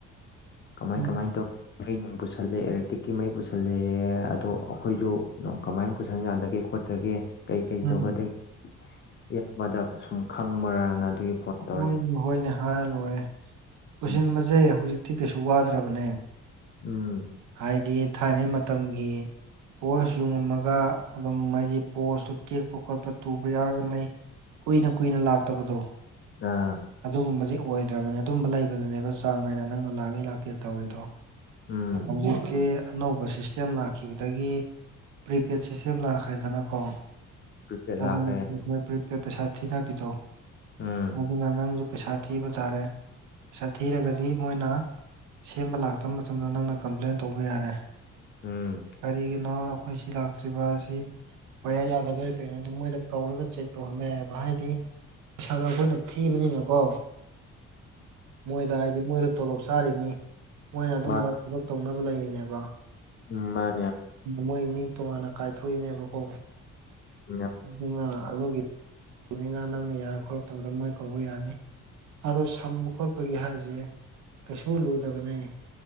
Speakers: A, on the left (about 40°); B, on the right (about 80°).
A: ꯀꯃꯥꯏ
B: ꯎꯝ
A: ꯀꯃꯥꯏꯅ ꯇꯧ ꯃꯩ ꯅꯨꯡ ꯄꯨꯁꯜꯂꯦ ꯑꯦꯂꯦꯛꯇꯤꯔꯤꯛꯀꯤ ꯃꯩ ꯄꯨꯁꯜꯂꯛꯑꯦ ꯑꯗꯣ ꯑꯩꯈꯣꯏꯁꯨꯅꯨꯡ ꯀꯃꯥꯏꯅ ꯄꯨꯁꯟꯖꯥꯟꯗ ꯈꯣꯠꯇꯒꯦ ꯀꯩ ꯀꯩ
B: ꯎꯝ
A: ꯇꯧꯒꯗꯒꯦ ꯑꯌꯥꯝꯕꯗ ꯁꯨꯝ ꯈꯪꯕ꯭ꯔꯅ ꯑꯗꯨꯒꯤ ꯐꯣꯟ ꯇꯧꯔꯛꯏ
B: ꯍꯣꯏꯅꯦ ꯍꯣꯏꯅꯦ ꯍꯥꯏꯔ ꯂꯣꯏꯔꯦ ꯄꯨꯁꯤꯟꯕꯁꯦ
A: ꯎꯝ
B: ꯍꯧꯖꯤꯛꯇꯤ ꯀꯩꯁꯨ ꯋꯥꯗ꯭ꯔꯕꯅꯦ
A: ꯎꯝ
B: ꯍꯥꯏꯗꯤ ꯊꯥꯏꯅ ꯃꯇꯝꯒꯤ ꯄꯣꯁ ꯌꯨꯡꯉꯝꯃꯒ ꯑꯗꯨꯝ ꯍꯥꯏꯗꯤ ꯄꯣꯁꯇꯨ ꯇꯦꯛꯄ ꯈꯣꯠꯄ ꯇꯨꯕ ꯌꯥꯎꯔꯒ ꯃꯩ ꯀꯨꯏꯅ ꯀꯨꯏꯅ ꯂꯥꯛꯇꯕꯗꯣ
A: ꯑ
B: ꯑꯗꯨꯒꯨꯝꯕꯗꯤ ꯑꯣꯏꯗ꯭ꯔꯕꯅꯦ ꯑꯗꯨꯝꯕ ꯂꯩꯕꯗꯅꯦꯕ ꯆꯥꯡ ꯅꯥꯏꯅ ꯅꯪꯅ ꯂꯥꯛꯏ ꯂꯥꯛꯇꯦ ꯇꯧꯔꯤꯗꯣ
A: ꯎꯝ
B: ꯍꯧꯖꯤ ꯇꯤ ꯑꯅꯧꯕ ꯁꯤꯁꯇꯦꯝ ꯂꯥꯛꯈꯤꯕꯗꯒꯤ ꯄ꯭ꯔꯤꯄꯦꯗ ꯁꯤꯁꯇꯦꯝ ꯂꯥꯛꯈ꯭ꯔꯦꯗꯅꯀꯣ
A: ꯄ꯭ꯔꯤꯄꯦꯗ
B: ꯑꯗꯨꯗꯣ
A: ꯂꯥꯛꯈ꯭ꯔꯦ
B: ꯃꯣꯏ ꯄꯄ ꯄꯩꯁꯥꯤꯅ ꯄꯤ ꯇ
A: ꯎꯝ
B: ꯑꯗꯨꯅ ꯅꯪꯁꯨ ꯄꯩꯁꯥ ꯊꯤꯕ ꯖꯥꯔꯦ ꯄꯩꯁꯥ ꯊꯤꯔꯒꯗꯤ ꯃꯣꯏꯅ ꯁꯦꯝꯕ ꯂꯥꯛꯇꯕ ꯃꯇꯝꯗ ꯅꯪꯅ ꯀꯝꯄ꯭ꯂꯦꯟ ꯇꯧꯕ ꯌꯥꯔꯦ
A: ꯎꯝ
B: ꯀꯔꯤꯒꯤꯅꯣ ꯑꯩꯈꯣꯏ ꯁꯤ ꯂꯥꯛꯇ꯭ꯔꯤꯕ ꯑꯁꯤ ꯑꯣꯔꯤꯌꯥ ꯌꯥꯗꯕ ꯀꯩꯣ ꯑꯗꯨꯝ ꯃꯣꯏꯗ ꯀꯧꯔꯒ ꯆꯦꯛ ꯇꯧꯍꯟꯕ ꯌꯥꯏꯑꯕ ꯍꯥꯏꯗꯤ ꯄꯩꯁꯥꯗꯣ ꯑꯩꯈꯣꯏꯅ ꯊꯤꯕꯅꯤꯅꯀꯣ ꯃꯣꯏꯗ ꯍꯥꯏꯗꯤ ꯃꯣꯏꯗ ꯇꯣꯂꯣꯞ ꯆꯥꯔꯤꯅꯤ ꯃꯣꯏꯅ ꯑꯗꯨꯝꯕ
A: ꯃꯥ
B: ꯊꯕꯛ ꯇꯧꯅꯕ ꯂꯩꯔꯤꯅꯦꯕ
A: ꯎꯝ ꯃꯥ
B: ꯃꯣꯏ ꯃꯤ ꯇꯣꯉꯥꯟꯅ ꯀꯥꯏꯊꯣꯛꯏꯅꯦꯕꯀꯣ
A: ꯎꯝ
B: ꯑꯗꯨꯅ ꯑꯗꯨꯒꯤ ꯅꯤꯅ ꯅꯪꯅ ꯌꯥꯔꯛ ꯈꯣꯂꯛꯇꯕꯗ ꯃꯣꯏ ꯀꯧꯕ ꯌꯥꯅꯤ ꯑꯗꯣ ꯁꯝꯕ ꯈꯣꯠꯄꯒꯤ ꯍꯥꯏꯁꯦ ꯀꯩꯁꯨ ꯂꯨꯗꯕꯅꯦ